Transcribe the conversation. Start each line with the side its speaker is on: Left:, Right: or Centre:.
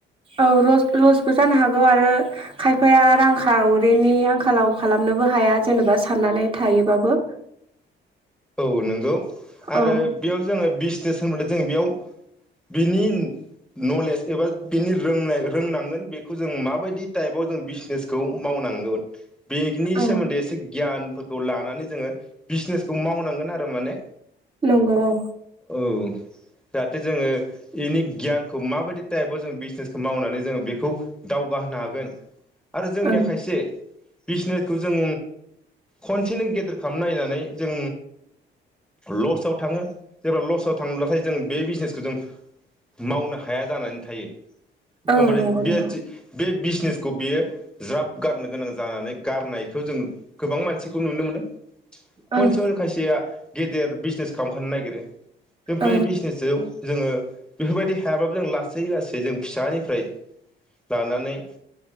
Right: औ लसबो जानो हागौ आरो खायफाया रांखावरिनि आंखालाव खालामनोबो हाया जेनेबा साननानै थायोबाबो।
Centre: औ नोंगौ। आरो
Right: औ
Centre: बेयाव जोङो बिजसनेस सोमोनदै जों बेयाव बिनि नलेज एबा बिनि रोंनाय रोंनांगोन बे खौ जों माबायदि टाइपाव जों बिसनेस खौ मावनांगोन। बेंगनि
Right: औ
Centre: सोमोन्दै एसे गियानफोरखौ लानानै जोङो बिजनेस खौ मावनांगोन आरो माने।
Right: नंगौ औ।
Centre: औ जाहाथे जोङो इनि गियानखौ माबायदि टाइपआव जों बिजनेसखौ मावनानै जोङो बेखौ दावगा होनो हागोन। आरो जोंनिया
Right: ओं
Centre: खायसे बिजनेसखौ जों खनसेनो गेदेर खालाम नायनानै जों लसआव थाङो जेब्ला लसआव थाङोब्लाथाय जों बे बिजनेसखौ जों मावनो हाया जानानै थायो।
Right: औ
Centre: ओमफ्राय
Right: नंगौ
Centre: बेयासि
Right: नंगौ
Centre: बे बिजनेसखौ बेयो ज्राब गारनो गोनां जानानै गारनायखौ जों गोबां मानसिखौ नुनो मोनो। खनसेयावनो
Right: ओं
Centre: खायसेया गेदेर बिजनेस खालामखानो नागिरो। जों
Right: औ
Centre: बे बिजनेस सायाव जोङो बेफोरबायदि हायाबाबो जों लासै लासै जों फिसानिफ्राय लानानै